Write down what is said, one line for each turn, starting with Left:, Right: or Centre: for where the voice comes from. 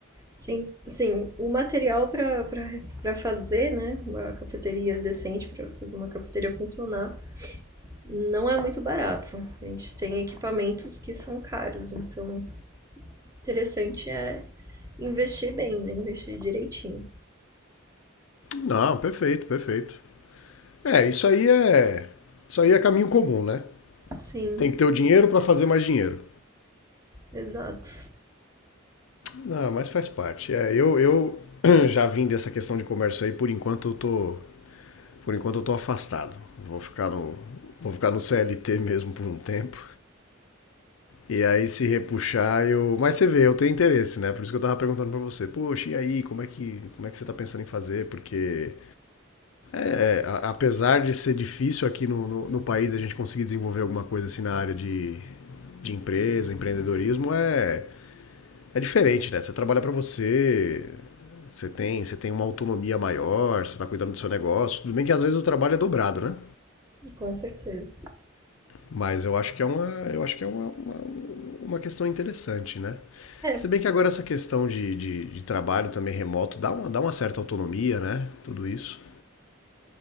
Right: Sim, sim, o material para para fazer, né, uma cafeteria decente, para fazer uma cafeteria funcionar, não é muito barato. A gente tem equipamentos que são caros, então o interessante é investir bem, né? Investir direitinho.
Left: Não, perfeito, perfeito. É, isso aí é, isso aí é caminho comum, né?
Right: Sim,
Left: Tem que ter o dinheiro pra fazer mais dinheiro.
Right: exato.
Left: Não, mas faz parte. É, eu, eu <clears throat> já vim dessa questão de comércio aí, por enquanto eu tô, por enquanto eu tô afastado. Vou ficar no, vou ficar no CLT mesmo por um tempo. E aí se repuxar, eu, mas você vê, eu tenho interesse, né? Por isso que eu tava perguntando para você. Poxa, e aí, como é que, como é que você tá pensando em fazer? Porque é, a- apesar de ser difícil aqui no, no, no país a gente conseguir desenvolver alguma coisa assim na área de de empresa, empreendedorismo é É diferente, né? Você trabalha para você, você tem, você tem uma autonomia maior, você está cuidando do seu negócio. Tudo bem que às vezes o trabalho é dobrado, né?
Right: Com certeza.
Left: Mas eu acho que é uma, eu acho que é uma, uma, uma questão interessante, né?
Right: É,
Left: Se bem que agora essa questão de, de, de trabalho também remoto dá uma, dá uma certa autonomia, né? Tudo isso.